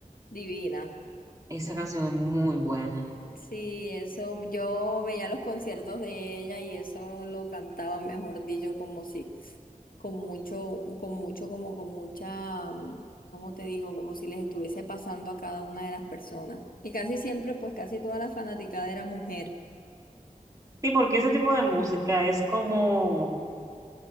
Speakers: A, on the left; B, on the right.
A: divina.
B: Esa canción es muy buena.
A: Sí, eso, yo veía los conciertos de ella y eso lo cantaba, mejor dicho, como si, con mucho, con mucho, como con mucha, mm, ¿cómo te digo? Como si les estuviese pasando a cada una de las personas. Y casi siempre, pues casi toda la fanaticada era mujer.
B: Sí, porque ese tipo de música es como